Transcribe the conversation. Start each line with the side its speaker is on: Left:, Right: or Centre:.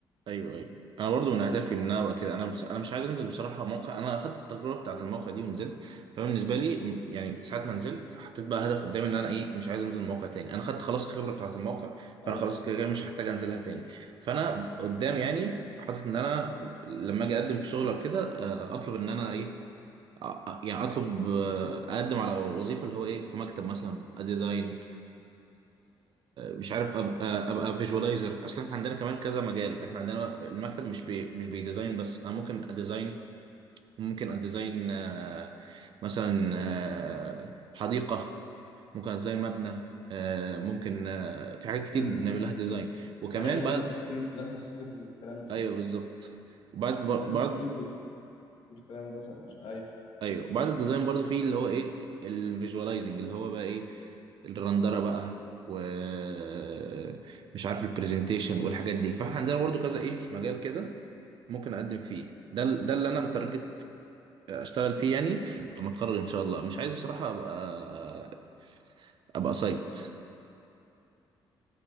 Right: ايوه ايوه انا برضو من اهدافي ان انا ابقى كده انا بس انا مش عايز انزل بصراحه موقع انا اخدت التجربه بتاعت الموقع دي ونزلت فبالنسبه لي م- يعني ساعه ما نزلت حطيت بقى هدف قدامي ان انا ايه مش عايز انزل موقع تاني انا خدت خلاص الخبره بتاعت الموقع فانا
Left: ايوه
Right: خلاص كده كده مش هحتاج انزلها تاني فانا قدام يعني حاطط ان انا لما اجي اقدم في شغل او كده آه، اطلب ان انا ايه أ- يعني اطلب آه، اقدم على وظيفه اللي هو ايه في مكتب مثلا ديزاين مش عارف ابقى ابقى فيجوالايزر اصلا احنا عندنا كمان كذا مجال احنا عندنا المكتب مش بي مش بيديزاين بس انا ممكن اديزاين ممكن اديزاين آه، مثلا آه، حديقه ممكن اديزاين مبنى آه، ممكن آه، في حاجات كتير
Left: امم
Right: بنعمل لها ديزاين وكمان
Left: ايوه اللي
Right: بعد
Left: هو لاند سكيب لاند سكيب والكلام ده صح
Right: ايوه بالظبط وبعد بعد
Left: لاند سكيب والكلام ده صح ايوه
Right: ايوه بعد الديزاين برضو في اللي هو ايه الفيجوالايزنج اللي هو بقى ايه الرندره بقى ومش عارف البرزنتيشن والحاجات دي فاحنا عندنا برضو كذا ايه مجال كده ممكن اقدم فيه ده ال- ده اللي انا متارجت اشتغل فيه يعني لما اتخرج ان شاء الله مش عايز بصراحه ابقى ابقى سايت